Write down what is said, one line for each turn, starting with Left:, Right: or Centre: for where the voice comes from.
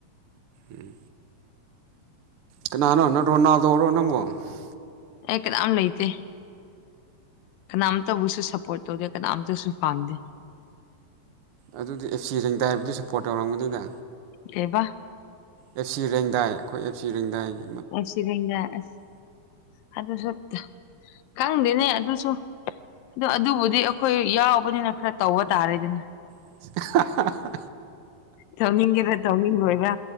Right: ꯎꯝ ꯀꯅꯥꯅꯣ ꯅꯠꯇ꯭ꯔꯣ ꯅꯥꯎꯗꯧ ꯑꯣꯏꯔꯣ ꯅꯪꯕꯣ <unintelligible>
Left: ꯑꯩ ꯀꯥꯅꯝ ꯂꯩꯇꯦ꯫ ꯀꯅꯥꯝꯇꯕꯨꯁꯨ ꯁꯞꯄꯣꯔꯠ ꯇꯧꯗꯦ ꯀꯅꯥꯝꯇꯁꯨ ꯄꯥꯝꯗꯦ
Right: ꯑꯗꯨꯗꯤ ꯑꯦꯞ ꯁꯤ ꯔꯦꯡꯗꯥ ꯍꯥꯏꯕꯗꯤ ꯁꯞꯄꯣꯔꯠ ꯇꯥꯑꯣꯔꯝꯒꯅꯤꯅꯦ
Left: ꯀꯩꯕ
Right: ꯑꯦꯞ ꯁꯤ ꯔꯦꯡꯗꯥꯏ ꯑꯩꯈꯣꯏ ꯑꯦꯞ ꯁꯤ ꯔꯦꯡꯗꯥꯏꯒꯤ
Left: ꯑꯦꯐ ꯁꯤ ꯕꯦꯡꯗ ꯑꯁ ꯑꯗꯨꯁꯨ ꯈꯪꯗꯦꯅꯦ ꯑꯗꯨꯁꯨ ꯑꯗꯣ ꯑꯗꯨꯕꯨꯗꯤ ꯑꯩꯈꯣꯏ ꯌꯥꯎꯕꯅꯤꯅ ꯈꯔ ꯇꯧꯕ ꯇꯥꯔꯦꯗꯅ
Right: <inaudible>
Left: ꯇꯧꯅꯤꯡꯒꯦꯔ ꯇꯧꯅꯤꯡꯔꯣꯏꯔ